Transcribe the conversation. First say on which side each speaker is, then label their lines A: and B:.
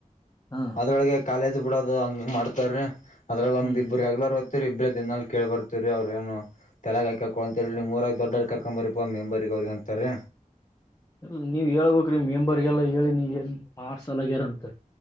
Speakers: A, on the left; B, on the left.
A: ಹಾ
B: ಅದ್ರೊಳಗೆ ಕಾಲೇಜ್ ಬಿಡದು ಹಂಗ ಮಾಡ್ತಾರೀ ಅದ್ರಾಗ್ ಒಂದ್
A: ಹ್ಮ್
B: ಇಬ್ರು ರೆಗ್ಯುಲರ್. ಇಬ್ರ ದ್ ನಲ್ ಕೇಳಳ್ ಬರ್ತವರಿ ಅವ್ರ ಏನು ತಲಗ್ಾಕೊ ಅಂತ ಹೇಳರಿ ನೀೂರ ದೊಡ್ಡರ್ ಕರ್ಕೊಂಬರೀಪ ಮೆಂಬರ್ಗ ಅವ್ರಿಗ ಅಂತಾರಿ.
A: ಇದು ನೀವ್ ಹೇಳ್ಬಕ್ರೀ ಮೆಂಬರಿಗೆಲ್ಲಾ ಹೇಳಿ ನೀಏನ್ ಮಾರ್ಸ್ ಲ್ಲಾಗ್ಯಾರ ಅಂತ.